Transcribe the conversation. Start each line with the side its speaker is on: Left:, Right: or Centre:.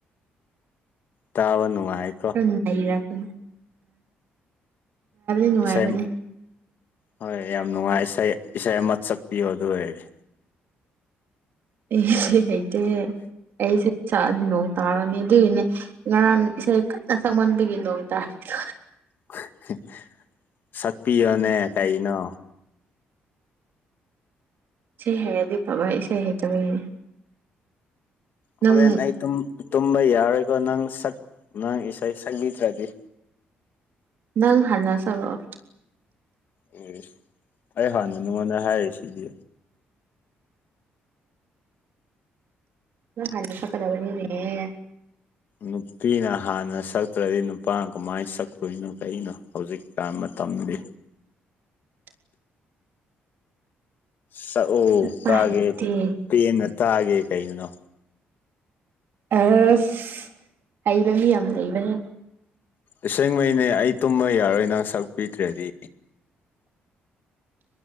Left: ꯇꯥꯕ ꯅꯨꯡꯉꯥꯏ
Right: ꯈꯔ <unintelligible> ꯑ ꯅꯨꯡꯉꯥꯏꯕꯅꯦ ꯅꯨꯡꯉꯥꯏꯕꯅꯦ
Left: ꯏꯁꯩ ꯍꯣꯏ ꯌꯥꯝ ꯅꯨꯡꯉꯥꯏ ꯏꯁꯩ ꯏꯁꯩ ꯑꯃ ꯆꯛꯄꯤꯌꯣ ꯑꯗꯨ ꯑꯣꯏꯔꯗꯤ
Right: ꯑꯩ ꯏꯁꯩ ꯍꯩꯇꯦ ꯑꯩꯁꯦ ꯁꯛꯑꯗꯤ ꯅꯣꯡ ꯇꯥꯔꯅꯤ ꯑꯗꯨꯏꯅꯦ ꯉꯔꯥꯡ ꯏꯁꯩ ꯀꯟꯅ ꯁꯛꯃꯟꯕꯒꯤ ꯅꯣꯡ ꯇꯥꯔꯤꯗꯣ
Left: <unintelligible> ꯁꯛꯄꯤꯌꯣꯅꯦ ꯀꯩꯅꯣ
Right: ꯏꯁꯩ ꯍꯩꯔꯗꯤ ꯐꯕ ꯏꯁꯩ ꯍꯩꯇꯕꯒꯤꯅꯦ ꯅꯪ
Left: ꯍꯣꯔꯦꯟ ꯑꯩ ꯇꯨꯝ ꯇꯨꯝꯕ ꯌꯥꯔꯣꯏꯀꯣ ꯅꯪ ꯁꯛ ꯅꯪ ꯏꯁꯩ ꯁꯛꯕꯤꯗ꯭ꯔꯗꯤ
Right: ꯅ ꯍꯜꯂ ꯇꯧꯔꯛꯑꯣ
Left: ꯑꯦ ꯑꯩ ꯍꯥꯟꯅ ꯅꯉꯣꯟꯗ ꯍꯥꯏꯔꯤ ꯁꯤꯗꯤ
Right: ꯅ ꯍꯥꯏꯂ ꯆꯀꯗꯕꯅꯤꯅꯦ
Left: ꯅꯨꯄꯤꯅ ꯍꯥꯟꯅ ꯁꯛꯇ꯭ꯔꯗꯤ ꯅꯨꯄꯥꯅ ꯀꯃꯥꯏꯅ ꯁꯛꯇꯛꯇꯣꯏꯅꯣ ꯀꯩꯅꯣ ꯍꯧꯖꯤꯛ ꯀꯥꯟ ꯃꯇꯝꯗꯤ
Right: <unintelligible>
Left: ꯁꯛꯑꯣ
Right: ꯄꯥ
Left: ꯇꯥꯒꯦ
Right: ꯍꯩꯇꯦ
Left: ꯄꯦꯟꯅ ꯇꯥꯒꯦ ꯀꯅꯣ
Right: ꯑꯁ ꯍꯩꯕ ꯃꯤ ꯌꯥꯝ ꯂꯩꯕꯅꯦ
Left: ꯏꯁꯁꯦꯡꯉꯩꯅꯦ ꯑꯩ ꯇꯨꯝꯕ ꯌꯥꯔꯣꯏ ꯅꯪ ꯁꯛꯄꯤꯗ꯭ꯔꯗꯤ